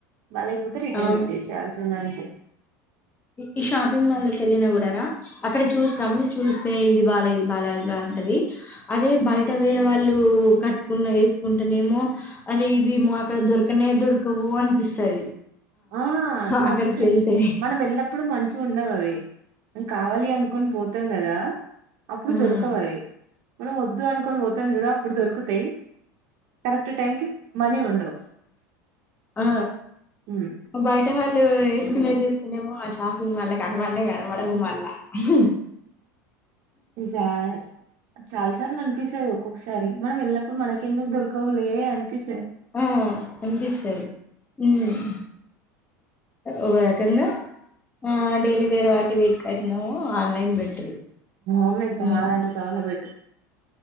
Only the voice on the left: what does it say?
అవును
ఈ షాపింగ్ మాల్ లో కెళ్ళినా కూడా రా అక్కడ చూస్తాం చూస్ తే ఇది బాలే ఇది బాలే అది బావుంటది అదే బయట వేరే వాళ్ళు టూ కట్టుకున్న వేసుకుంటెనేమో అరే ఇవి మా కాడ దొరు క్కనే దొరకవు అనిపిస్తది
అక్కడికి వెళ్తే
ఉమ్
ఆ
బయట వాళ్ళు ఏస్కునేది చూస్తనేమో ఆ షాపింగ్ మాళ్ళ కనబడనే కనబడవు మల్ల హ్
ఆ అనిపిస్తది మ్మ్ ఒక రకంగా ఆ డైలీ వేరే వాటి వీటికైతనేమో ఆన్లైన్ బెట్ <inaudible>
మ్మ్